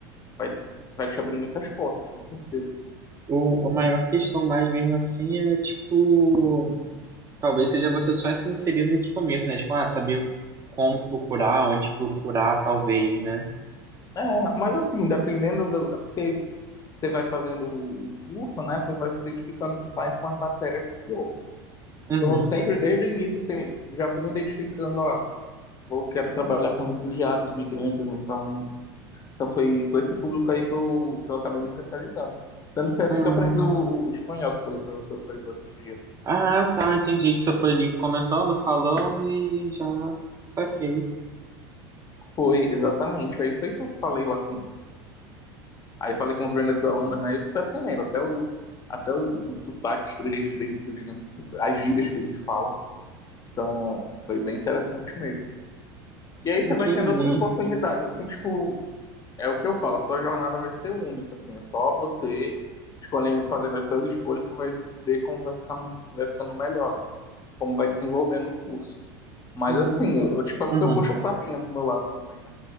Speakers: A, on the left; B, on the right.
A: Vai, vai te abrir muitas portas, com certeza.
B: O, a maior questão mais mesmo assim é, tipo, talvez seja você só se inserir nesse começo, né? Tipo, ah, saber como procurar, onde procurar, talvez, né?
A: É, mas assim, dependendo do. é Porque você vai fazendo o curso, né? Você vai se identificando com mais umas matérias do que outras.
B: Uhum.
A: Então, eu sempre, desde o início, assim, já fui me identificando, ó, eu quero trabalhar com refugiados, migrantes, então, então foi com esse público aí que eu, que eu acabei me especializando. Tanto foi assim
B: Hum.
A: que eu aprendi o, o espanhol, que eu falei para você outro, outro dia.
B: Ah, tá, entendi que você foi ali comentando, falando e já saquei.
A: Foi, exatamente. Aí foi que eu falei lá com, Aí falei com os venezuelanos, né? E fui aprendendo até o, até o, o sotaque, os trejeitos deles, tudo, né? as gírias que eles falam. Então, foi bem interessante mesmo. E aí você
B: Entendi.
A: vai tendo outras oportunidades, assim, tipo, é o que eu falo, a sua jornada vai ser única, assim, é só você escolhendo, fazendo as suas escolhas que vai ver como vai ficar, vai ficando melhor, né? Como vai desenvolvendo o curso. Mas
B: Hum.
A: assim, eu, tipo, é porque
B: Uhum.
A: eu puxo a sardinha pro meu lado também, né?